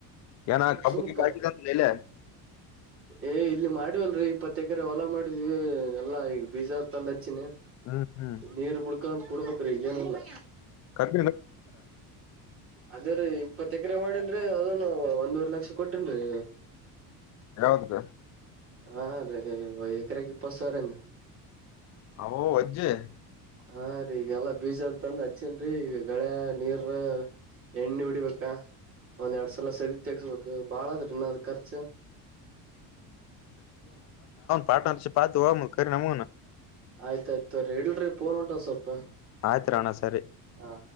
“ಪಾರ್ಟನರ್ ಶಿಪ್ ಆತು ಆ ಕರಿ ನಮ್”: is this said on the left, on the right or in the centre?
Left